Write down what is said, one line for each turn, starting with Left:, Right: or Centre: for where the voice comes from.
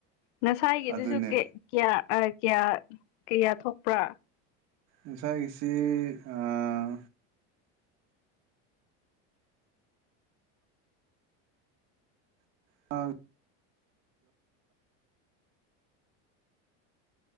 Left: ꯉꯁꯥꯏꯒꯤꯗꯨꯁꯨ
Right: ꯑꯗꯨꯅꯦ
Left: ꯀꯦ ꯀꯌꯥꯔ ꯑ ꯀꯌꯥꯔ ꯀꯌꯥ ꯊꯣꯛꯄ꯭ꯔꯥ꯫
Right: ꯉꯁꯥꯏꯒꯤꯁꯤ ꯑꯥ <unintelligible>